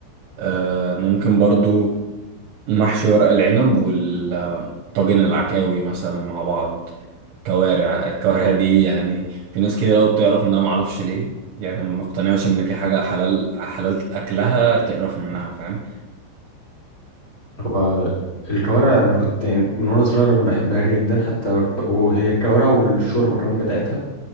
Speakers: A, on the right; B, on the left.
A: آه ممكن برضو محشي ورق العنب والطاجن العكاوي مثلا مع بعض الكوارع الكوارع دي يعني في ناس كده لو بتعرف منها معرفش ليه يعني ما بقتنعش إن في حاجة حلال حلال أكلها تقرف منها فاهم
B: هو الكوارع انا كنت يعني من وانا صغير أنا بحبها جدا حتى ب- وهي الكوارع والشوربة كمان بتاعتها